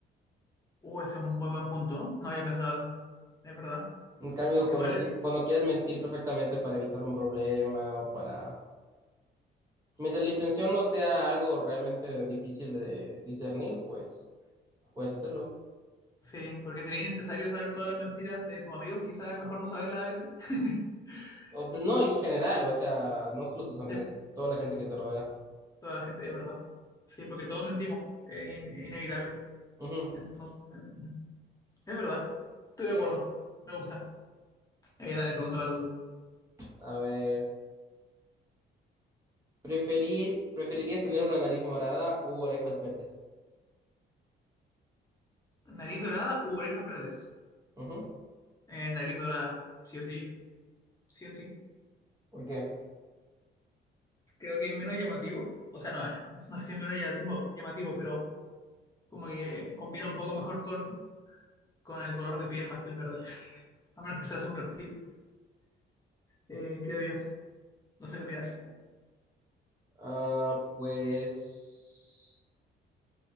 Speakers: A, on the left; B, on the right.
A: Uh, ese es un muy buen punto. No había pensado eso. Es verdad.
B: En cambio,
A: Como que
B: cuando,
A: igual,
B: qui- cuando quieras mentir perfectamente para evitar un problema o para... Mientras la intención no sea algo realmente difícil de discernir, pues puedes hacerlo.
A: sí, porque sería innecesario saber todas las mentiras de tus amigos. Quizás es mejor no saberlas a veces. <laughs>
B: O de-
A: y
B: no, en general, o sea, no solo tus amigos,
A: sí,
B: toda la gente que te rodea.
A: toda la gente es verdad. Sí, porque todos mentimos, es, in- es inevitable.
B: Ujú.
A: Entonces, mm, es verdad, estoy de acuerdo, me gusta. Eh, dale, pregúntame algo
B: A ver, preferir, ¿preferirías tener una nariz morada u orejas verdes?
A: tú. ¿Nariz dorada u orejas verdes?
B: Ujú.
A: Eh, nariz dorada, sí o sí, sí o sí.
B: ¿Por qué?
A: Creo que es menos llamativo, o sea, no, <laughs> eh, no sé si es menos llamativo, llamativo, pero como que combina un poco mejor con, con el color de piel más que el verde, <laughs> a menos que seas un reptil, eh, creo yo. No sé qué opinas.
B: Ah, pues